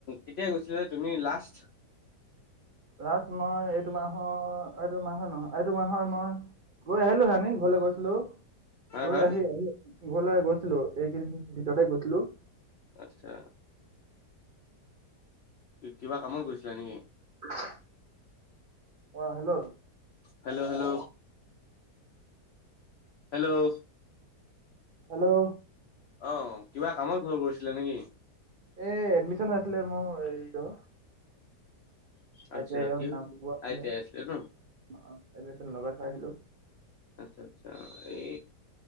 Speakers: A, on the left; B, on the right.
A: কেতিয়া গৈছিলে যে তুমি লাষ্ট?
B: লাষ্ট মই এইটো মাহৰ, এইটো মাহৰ নহয়, এইটো মাহৰ মই- গৈ আহিলো হোনি ঘৰলৈ গৈছিলো।
A: হা
B: গৈ
A: হা
B: আহি, আহি ঘৰলে গৈছিলো এইকেইদিন ভিতৰতে গৈছিলো।
A: আছা। কি কিবা কামত গৈছিলা নেকি?
B: <inaudible> অঁ hello!
A: Hello! Hello! Hello
B: hello!
A: অঁ, কিবা কামত ঘৰ গৈছিলে নেকি?
B: এ, এডমিশন আছিলে মোৰ হেৰিত অ। আই
A: আচ্ছা
B: টি আইয়ত
A: কিয়
B: নামলগোৱা আছিলে।
A: আই টি আই ন
B: অঁ অঁ সেইটো একচুৱেলি লগাই থৈ আহিলোঁ।
A: আচ্ছা, আচ্ছা এই